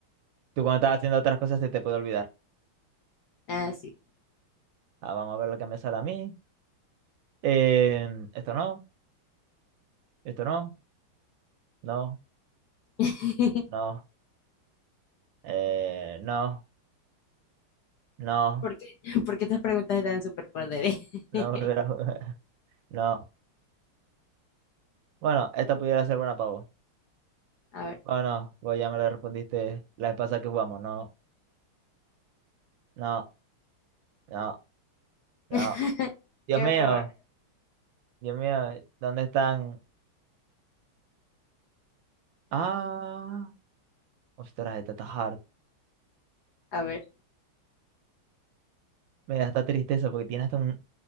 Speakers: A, on the right (about 75°); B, on the left (about 70°).
A: Tú cuando estás haciendo otras cosas se te puede olvidar.
B: Ah, sí.
A: Ah, vamos a ver lo que me sale a mí. Eh, esto no, esto no, no,
B: <laughs>
A: no, eh, no, no,
B: ¿Por qué? ¿Por qué estas preguntas están en superpoderes?
A: no
B: <laughs>
A: volver a jugar. <laughs> No. Bueno, esta pudiera ser buena para vos.
B: A ver.
A: Oh, no, vos ya me la respondiste la vez pasada que jugamos. No, no, no, no.
B: <laughs>
A: Dios
B: Qué
A: mío,
B: horror.
A: Dios mío, ¿dónde están? Ah, ostras, esta está hard.
B: A ver.
A: Me da esta tristeza porque tiene hasta un...